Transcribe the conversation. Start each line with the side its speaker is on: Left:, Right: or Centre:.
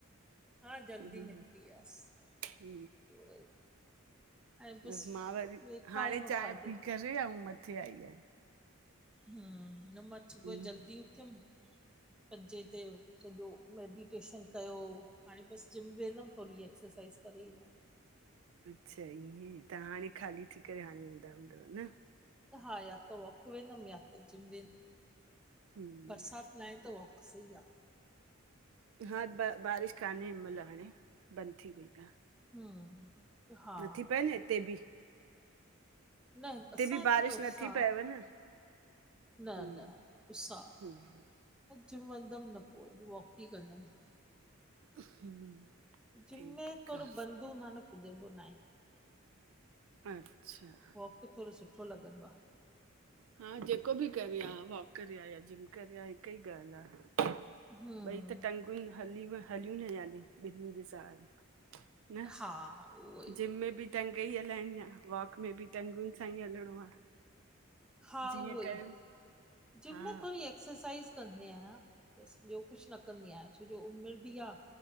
Centre: हा जल्दी
Right: हम
Centre: निपटी वियासीं
Right: ह
Centre: उहोई ऐं बसि
Right: हम मां वरी
Centre: वेठा
Right: हाणे
Centre: आहियूं
Right: चांय
Centre: खाली
Right: पी करे ऐं मथे आई आहेयां।
Centre: हम न मां सुबुह
Right: हम्म,
Centre: जल्दी उथयम, पंजेे ते सॼो मैडिटेशन कयो हाणे बस जिम वेंदम थोरी एक्सरसाइज़ करे, ईंदम।
Right: अच्छा ईअं, तहां हाणे ख़ाली थी करे आणिंदा हूंदव न।
Centre: हा, या त वॉक वेंदम या त जिम वे
Right: हम्म,
Centre: बरसात न आए त वॉक सई आ।
Right: हा, ब बारिश कान्हे हिन मइल हाणे, बंद थी वई आ।
Centre: हम्म हा
Right: नथी पए न हिते बि।
Centre: न, असां
Right: बि
Centre: हिते
Right: बारिश
Centre: त उस्स
Right: नथी
Centre: आ।
Right: पएव न
Centre: न
Right: हम्म
Centre: न, उस्स आ।
Right: हम्म
Centre: जिम वंदम न पोए, वॉक ई कंदम।
Right: हम्म।
Centre: जिम
Right: ठीकु
Centre: में थोड़ो
Right: आ।
Centre: बंद हूंदो आ न पुॼंदो न आए।
Right: अच्छा।
Centre: मूंखे थोड़ो सुठो लॻंदो आ।
Right: हा जेको बि कर, हा वॉक कर या जिम कर या हिकु ई ॻाल्हि आ। <inaudible>
Centre: हम्म
Right: ॿई त टंगुन हली हलीयूं न याने ॿिनिन जे सहारे। न!
Centre: हा उहो ई
Right: जिम में बि टंग ई हलाइणी आ, वॉक में बि टंगुनि सां ई हलणो आ।
Centre: हा
Right: जीअं
Centre: उहो
Right: कयो।
Centre: ई जिम
Right: हा
Centre: में थोड़ी एक्सरसाइज कंदी आहियां। बस ॿियो कुछ न कंदी आहियां, छो जो उमिर बि आ।